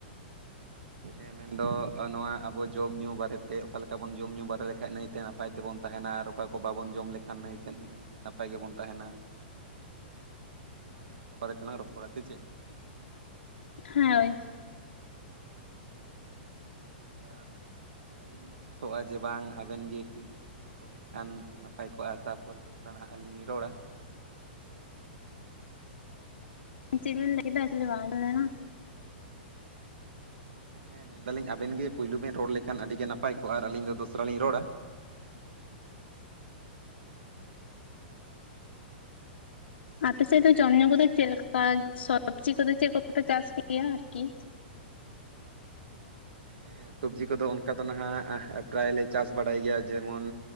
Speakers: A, on the right; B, on the left.
A: ᱦᱮᱸ ᱢᱮ᱾ ᱢᱮᱱᱫᱚ ᱱᱚᱣᱟ ᱟᱵᱚ ᱡᱚᱢ-ᱧᱩ ᱵᱟᱨᱮᱛᱮ ᱚᱠᱟ ᱞᱮᱠᱟ ᱵᱚᱱ ᱡᱚᱢ-ᱧᱩ ᱵᱟᱨᱮ ᱞᱮᱠᱷᱟᱡ ᱱᱟᱹᱭᱛᱮ ᱱᱟᱯᱟᱭ ᱛᱮᱵᱚᱱ ᱛᱟᱸᱦᱮᱱᱟ ᱟᱨ ᱚᱠᱟ ᱠᱚ ᱵᱟᱵᱚᱱ ᱡᱚᱢ ᱞᱮᱠᱷᱟᱱ ᱱᱟᱹᱭᱛᱮ, ᱱᱟᱹᱭ ᱜᱮ ᱱᱟᱯᱟᱭ ᱜᱮᱵᱚᱱ ᱛᱟᱸᱦᱮᱱᱟ᱾ ᱦᱮᱸ ᱚᱱᱮ ᱚᱱᱟ ᱠᱚ ᱵᱟᱨᱮ ᱛᱮᱞᱟᱝ ᱨᱚᱯᱚᱲᱟ ᱥᱮ ᱪᱮᱫ?
B: ᱦᱳᱭ᱾
A: ᱦᱮᱸ ᱟᱪᱪᱷᱟ ᱟᱹᱞᱤᱧ ᱞᱤᱧ ᱟᱥᱚᱜ-ᱟ, ᱡᱮ ᱵᱟᱝ ᱟᱵᱮᱱ ᱜᱮ ᱯᱳᱭᱞᱳ ᱠᱟᱹᱴᱤᱡ ᱵᱤᱱ ᱨᱚᱲ ᱞᱮᱠᱷᱟᱱ ᱱᱟᱯᱟᱭ ᱠᱚᱜ-ᱟ ᱛᱟᱯᱚᱨ ᱫᱚᱥᱨᱟ ᱱᱟᱜ ᱟᱹᱞᱤᱧ ᱞᱤᱧ ᱨᱚᱲᱟ᱾
B: ᱪᱮᱫ ᱵᱮᱱ ᱞᱟᱹᱭ ᱠᱮᱫᱟ <unintelligible> ᱵᱟᱝ ᱟᱡᱚᱢ ᱞᱮᱱᱟ?
A: ᱦᱮᱸ ᱢᱮᱱᱫᱟᱞᱤᱧ ᱟᱵᱮᱱ ᱜᱮ ᱯᱳᱭᱞᱳ ᱵᱮᱱ ᱨᱚᱲ ᱞᱮᱠᱷᱟᱱ ᱟᱹᱰᱤᱜ ᱜᱮ ᱱᱟᱯᱟᱭ ᱠᱚᱜ-ᱟ ᱟᱨ ᱟᱹᱞᱤᱧ ᱫᱚᱥᱨᱟ ᱞᱤᱧ ᱨᱚᱲᱟ᱾
B: ᱟᱯᱮ ᱥᱮᱫ ᱫᱚ ᱡᱚᱢ-ᱧᱩ ᱠᱚᱫᱚ ᱪᱮᱫᱞᱮᱠᱟ, ᱥᱚᱵᱽᱡᱤ ᱠᱚᱫᱚ ᱪᱮᱫ ᱠᱚᱯᱮ ᱪᱟᱥ ᱜᱮᱭᱟ ᱟᱨᱠᱤ?
A: ᱦᱮᱸ ᱥᱚᱵᱽᱡᱤ ᱠᱚᱫᱚ ᱚᱱᱠᱟ ᱫᱚ ᱱᱟᱦᱟᱜ ᱯᱨᱟᱭᱞᱮ ᱪᱟᱥ ᱵᱟᱲᱟᱭ ᱜᱮᱭᱟ ᱡᱮᱢᱚᱱ